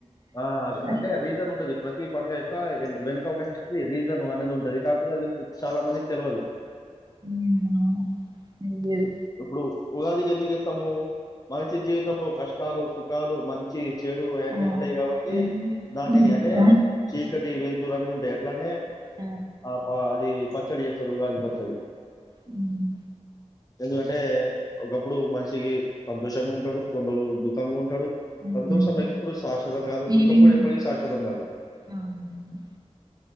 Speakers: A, on the left; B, on the right.
A: ఆ అంటే
B: అసలు
A: రీజన్ ఉంటది పడుగక్క ఎంత వెనుక ఒక హిస్టరీ రీజన్ అనేది ఉంటది కాకపోతే అది చాలా మంది తెలవాదు
B: అవును అయ్యేది.
A: ఎప్పుడు ఉగాదికి ఎందుకు ఇస్తాము మనిషి జీవితంలో కష్టాలు సుఖాలు మంచి చెడు అవన్నీ
B: ఆ!
A: ఉంటాయి కాబట్టి
B: అన్నీ
A: దానిని
B: గుర్తుగా
A: అంటే చీకటి కీవెళ్తూ అన్నీ ఉంటాయి అట్లానే
B: ఆ!
A: ఆప్పా అది పచ్చడి చేస్తారు ఉగాది పచ్చడి
B: హ్మ్
A: ఎందుకంటే ఒకప్పుడు మనిషికి సంతోషంగా ఉంటాడు కొన్ని రోజులు దుఃఖంగా ఉంటాడు
B: హ్మ్.
A: సంతోషం ఎప్పుడు శాశ్వతం కాదు
B: ఫీలింగ్
A: దుఃఖం కూడా ఎప్పటికి శాశ్వతం కాదు
B: అవును.